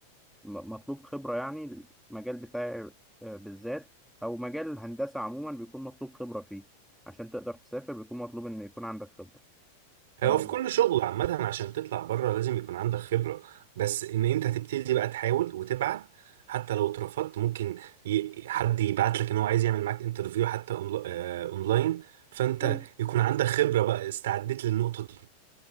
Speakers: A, in the centre; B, on the right.
A: م- مطلوب خبرة يعني المجال بتاعي آه، بالذات أو مجال الهندسة عموما بيكون مطلوب خبرة فيه عشان تقدر تسافر بيكون مطلوب إن يكون عندك خبرة ف
B: هو
A: آه
B: في كل شغل عامة عشان تطلع بره لازم يكون عندك خبرة بس ان انت تبتدي بقى تحاول وتبعت حتى لو اترفضت ممكن ي... حد يبعت لك ان هو عايز يعمل معاك انترفيو حتى أونل... آه... اونلاين فانت
A: أيوه
B: يكون عندك خبرة بقى استعديت للنقطة دي